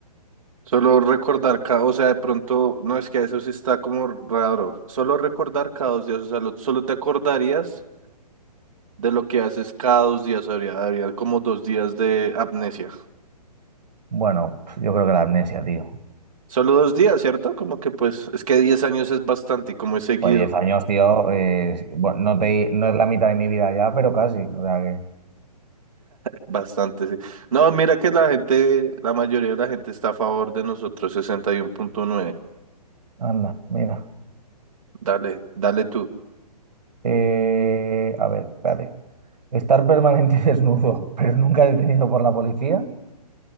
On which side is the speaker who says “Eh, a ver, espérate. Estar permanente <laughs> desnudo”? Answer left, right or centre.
Right